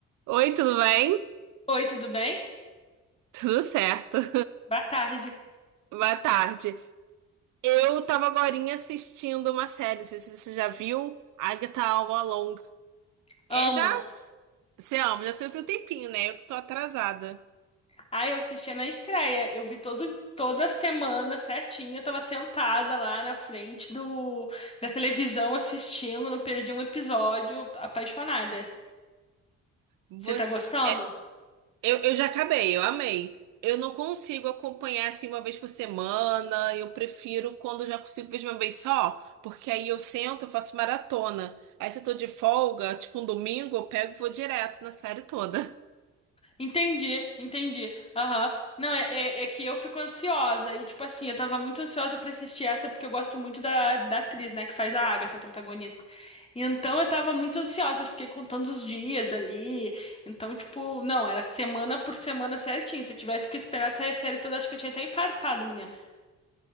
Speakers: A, on the right; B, on the left.
A: Oi, tudo bem?
B: Oi, tudo bem?
A: Tudo certo. <laughs>
B: Boa tarde.
A: Boa tarde. Eu tava agorinha assistindo uma série, não sei se você já viu, Agatha All Along. É,
B: Amo.
A: já... Você ama, já saiu tem um tempinho, né? Eu que tô atrasada.
B: Ai, eu assistia na estreia. Eu vi todo, toda semana certinho. Eu tava sentada lá na frente do, da televisão assistindo, não perdi um episódio, apaixonada.
A: Você...
B: Você tá gostando?
A: é, eu, eu já acabei, eu amei. Eu não consigo acompanhar assim uma vez por semana, eu prefiro quando eu já consigo ver de uma vez só, porque aí eu sento, eu faço maratona. Aí se eu tô de folga, tipo um domingo, eu pego e vou direto na série toda.
B: Entendi, entendi. Aham. Não, é, é, é que eu fico ansiosa. E, tipo assim, eu tava muito ansiosa pra assistir essa, porque eu gosto muito da, da atriz, né, que faz a Agatha, a protagonista. Então eu tava muito ansiosa, eu fiquei contando os dias ali. Então, tipo, não, era semana por semana certinho. Se eu tivesse que esperar sair a série toda, acho que eu tinha até infartado, menina.